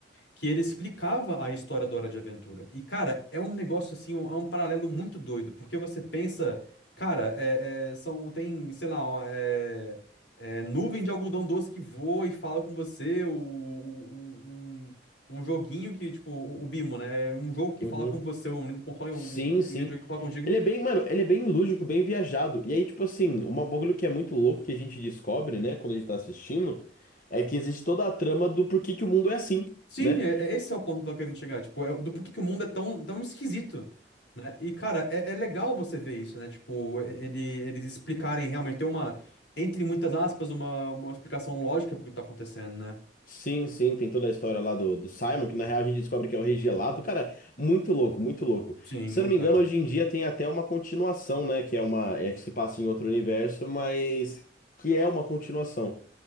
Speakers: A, on the left; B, on the left.
A: que ele explicava a história do Hora de Aventura. E, cara, é um negócio assim, um- é um paralelo muito doido, porque você pensa, cara, é- é, são, tem, sei lá, ó, é, é, nuvem de algodão doce que voa e fala com você, o- o- um, um um joguinho que, tipo, o, o Bimo, né? É Um jogo que
B: Uhum.
A: fala com você, um, console,
B: Sim,
A: um,
B: sim.
A: um videogame que fala contigo.
B: Ele é bem, mano, ele é bem lúdico, bem viajado. E aí, tipo assim, um bagulho que é muito louco que a gente descobre, né, quando a gente tá assistindo, é que existe toda a trama do porquê que o mundo é assim.
A: Sim,
B: né?
A: é, é- esse é o ponto que eu tô querendo chegar, tipo, é do porquê que o mundo é tão, tão esquisito, né? E, cara, é, é legal você ver isso, né? Tipo, e- ele, eles explicarem realmente, ter uma, entre muitas aspas, uma, uma explicação lógica pro que tá acontecendo, né?
B: Sim, sim, tem toda a história lá do, do Simon, que na real a gente descobre que é o Rei Gelado. Cara, muito louco, muito louco.
A: Sim,
B: Se
A: muito
B: eu não me engano,
A: legal.
B: hoje em dia tem até uma continuação, né? Que é uma. É que se passa em outro universo, mas que é uma continuação.